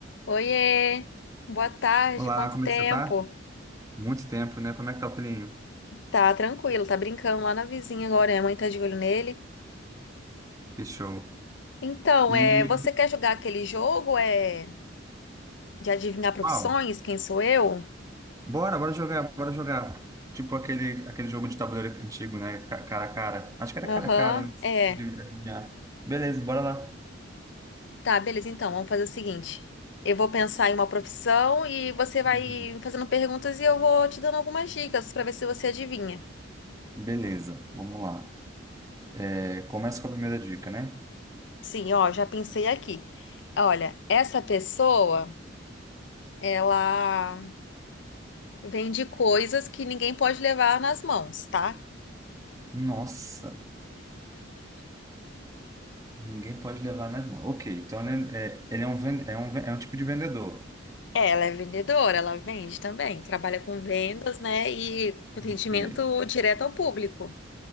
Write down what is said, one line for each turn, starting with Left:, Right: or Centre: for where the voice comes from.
Left: Oiê, boa tarde,
Right: Olá,
Left: quanto
Right: como
Left: tempo?
Right: é que você tá? Muito tempo, né? Como é que tá o filhinho?
Left: Tá tranquilo, tá brincando lá na vizinha agora, minha mãe tá de olho nele.
Right: Que show.
Left: Então,
Right: E,
Left: é, você quer jogar aquele jogo, é, de adivinhar profissões,
Right: uau,
Left: quem sou eu?
Right: bora, bora jogar, bora jogar. Tipo aquele, aquele jogo de tabuleiro antigo, né? Ca- Cara a cara. Acho que era
Left: Aham,
Right: cara a cara, né? Você
Left: é.
Right: adivinhar. Beleza, bora lá.
Left: Tá, beleza, então, vamos fazer o seguinte. Eu vou pensar em uma profissão e você vai
Right: Uhum.
Left: fazendo perguntas e eu vou te dando algumas dicas pra ver se você adivinha.
Right: Beleza, vamos lá. É, começa com a primeira dica, né?
Left: Sim, ó, já pensei aqui. Olha, essa pessoa, ela Vende coisas que ninguém pode levar nas mãos, tá?
Right: Nossa, ninguém pode levar nas mãos. Ok, então ele é, é- ele é um, ven- é um, ven- é um tipo de vendedor.
Left: É, ela é vendedora, ela vende também, trabalha com vendas, né? E com atendimento
Right: Ok.
Left: direto ao público.